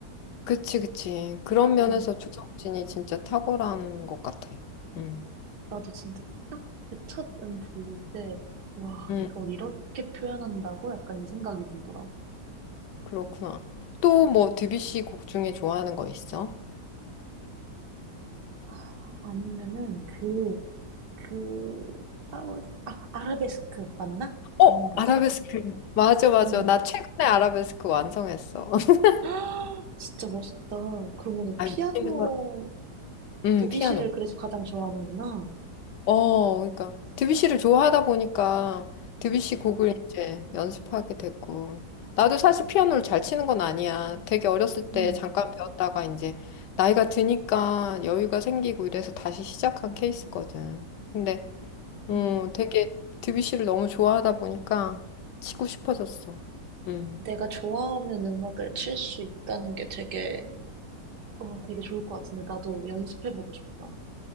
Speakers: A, on the left; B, on the right.
A: 그치, 그치. 그런 면에서
B: 음,
A: 조성진이 진짜 탁월한 것 같아. 음,
B: 나도 진짜 딱 그 첫 음 들릴 때, 와,
A: 음,
B: 이걸 이렇게 표현한다고? 약간 이 생각이 들더라고.
A: 그렇구나. 또 뭐 드뷔시 곡 중에 좋아하는 거 있어?
B: 아, 아니면은 그, 그, 아, 뭐지? 아, 아라베스크 맞나? 제목
A: 어,
B: 맞아?
A: 아라베스크. 맞아, 맞아.
B: 응.
A: 나 최근에 아라베스크 완성했어. <laughs>
B: <gasps> 아, 진짜 멋있다. 그러면은
A: 아,
B: 피아노
A: 있는 거. 음,
B: 드뷔시를
A: 피아노.
B: 그래서 가장 좋아하는구나.
A: 어, 그러니까 드뷔시를 좋아하다 보니까 드뷔시 곡을 이제 연습하게 됐고 나도 사실 피아노를 잘 치는 건 아니야. 되게 어렸을
B: 음,
A: 때 잠깐 배웠다가 이제 나이가 드니까 여유가 생기고 이래서 다시 시작한 케이스거든. 근데 음,
B: 음.
A: 되게 드뷔시를 너무 좋아하다 보니까 치고 싶어졌어. 음.
B: 내가 좋아하는 음악을 칠 수 있다는 게 되게, 어, 되게 좋을 것 같은데, 나도 연습해보고 싶다.